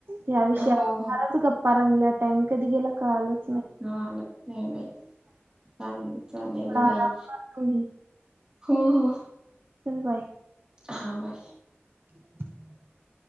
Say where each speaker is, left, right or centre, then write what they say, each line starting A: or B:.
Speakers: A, on the right; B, on the right.
A: तया विषयावर
B: हो हो
A: फारच गप्पा. रंगल्या टाइम, कधी गेला कळालच
B: हा नाही नाही, बाई चालेल चालेल
A: थोडा
B: बाई.
A: आराम कर तूही
B: हो हो.
A: चल बाय.
B: हा बाय.
A: <unintelligible>